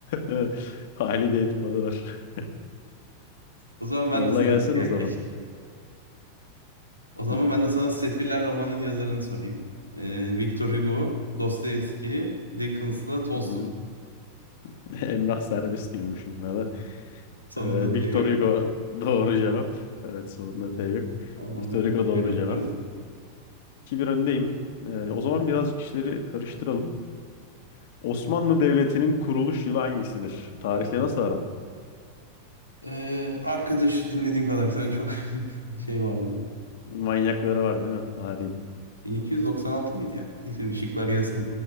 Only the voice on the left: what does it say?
Değil mi? Halide Edip adı var. <laughs>
Yolla
gelsin
o zaman.
Hı
hı. hı. <laughs> Emrah Serbest diyormuşum buna da.
Ee, Victor
Hugo doğru cevap. Evet sonunda T yok.
Victor Hugo
doğru
cevap. 2 bir öndeyim. Ee, o zaman birazcık işleri karıştıralım. Osmanlı Devleti'nin kuruluş yılı hangisidir? Tarihle nasıl aran?
Manyakları var değil mi? Tarihin.